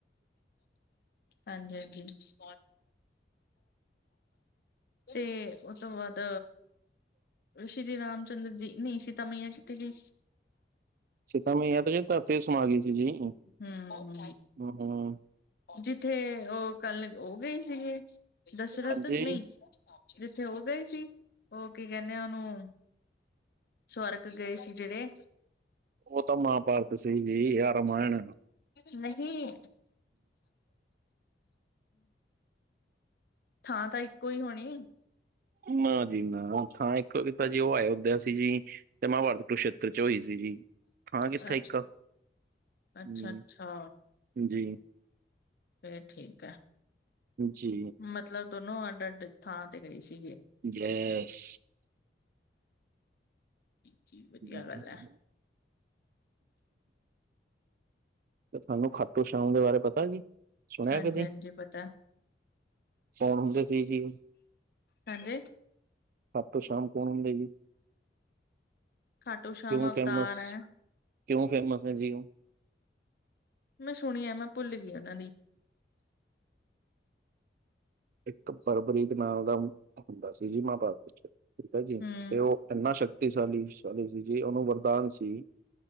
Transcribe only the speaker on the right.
ਸੀਤਾ ਮਈਆਂ ਤੇ, ਧਰਤੀ 'ਚ ਸਮਾ ਗਈ ਸੀ ਜੀ।
ਹੂੰ,
ਹਾਂਜੀ
ਉਹ ਤਾਂ ਮਹਾਭਾਰਤ ਸੀ ਜੀ ਯਾ ਰਾਮਾਇਣ
ਨਾ ਜੀ ਨਾ ਥਾਂ ਇੱਕ ਤਾਂ ਜੀ ਉਹ ਆਇਆ ਹੁੰਦੇ ਅਸੀ ਜੀ। ਤੇ ਮਹਾਭਾਰਤ ਕੁਰਸ਼ੇਤਰ ਚ ਹੋਈ ਸੀ ਜੀ। ਥਾਂ ਕਿੱਥੇ
ਇੱਕ ਹੂੰ
ਜੀ।
ਜੀ।
ਗੈਸ
ਜੀ
ਤੁਹਾਨੂੰ ਖਾਟੋ ਛਾਮ ਦੇ ਬਾਰੇ ਪਤਾ ਨੀ। ਸੁਣਿਆ
ਕਦੀ
ਕੌਣ ਹੁੰਦੇ ਸੀ ਸੀ।
ਖਾਟੂ ਸ਼ਾਮ ਕੌਣ ਹੁੰਦੇ ਜੀ।
ਕਿਉਂ
ਫੇਮਸ
ਕਿਉਂ ਫੇਮਸ ਹੈ ਜੀ।
ਇੱਕ ਫਰਵਰੀ ਦੇ ਨਾਲ ਦਾ ਹੁੰਦਾ ਸੀ ਜੀ ਮਹਾਭਾਰਤ ਚ ਠੀਕ ਹੈ ਜੀ
ਤੇ ਉਹ ਇੰਨਾ ਸ਼ਕਤੀ ਸਾਲੀ ਚਾਲੀ ਸੀ ਜੇ ਉਹਨੂੰ ਵਰਦਾਨ ਸੀ।